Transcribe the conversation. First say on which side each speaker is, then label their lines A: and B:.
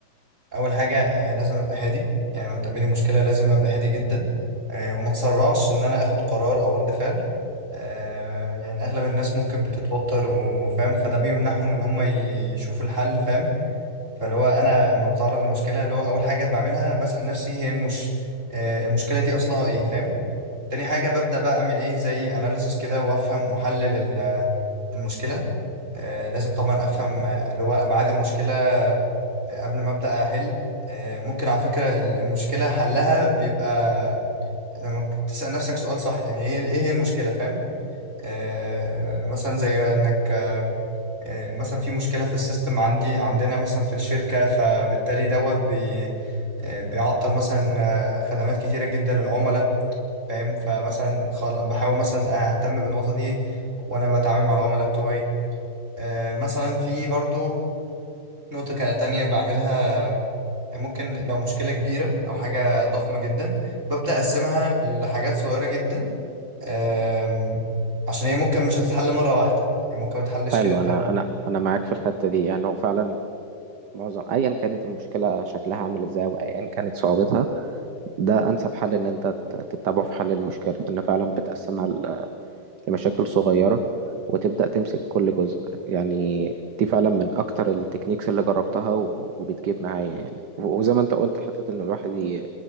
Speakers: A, on the right; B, on the right.
A: اول حاجه آه، لازم ابقى هادي يعني لما تقابلني مشكله لازم ابقى هادي جدا آه، وما اتسرعش ان انا اخد قرار او رد فعل آه، يعني اغلب الناس ممكن بتتوتر وفاهم فده بيمنعهم ان هم يشوفوا الحل فاهم فاللي هو انا لما بتعرض لمشكله اللي هو اول حاجه بعملها بسال نفسي هي المش... آه، المشكله دي اصلها ايه فاهم تاني حاجه ببدا بقى اعمل ايه زي اناليسس كده وافهم واحلل ال- المشكله آه، لازم طبعا افهم آه، اللي هو ابعاد المشكله آه، قبل ما ابدا احل آه، ممكن على فكره ال- المشكله حلها بيبقى لما ك- تسال نفسك سؤال صح يعني ايه ايه هي المشكله فاهم آه، آه، مثلا زي انك آه، مثلا في مشكله في السيستم عندي عندنا مثلا في الشركه فبالتالي دوت بي آه، بيعطل مثلا آه، خدمات كتيره جدا للعملاء فاهم فمثلا خل- بحاول مثلا اهتم بالنقطه دي وانا بتعامل مع العملاء بتوعي آه، مثلا في برضو نقطة كا- تانية بعملها يعني ممكن لو مشكلة كبيرة أو حاجة ضخمة جدا ببدأ أقسمها لحاجات صغيرة جدا أم، عشان هي ممكن مش هتتحل مرة واحدة هي ممكن ما تتحلش
B: حلو
A: كده
B: انا انا انا معاك في الحته دي يعني هو فعلا معظم ايا كانت المشكله شكلها عامل ازاي وايا كانت صعوبتها ده انسب حل ان انت تت- تتبعه في حل المشكله ان فعلا بتقسمها لمشاكل صغيرة وتبدأ تمسك كل جزء يعني دي فعلا من أكتر التكنيكس اللي جربتها و- وبتجيب معايا يعني و- وزي ما أنت قلت حتة إن الواحد ي-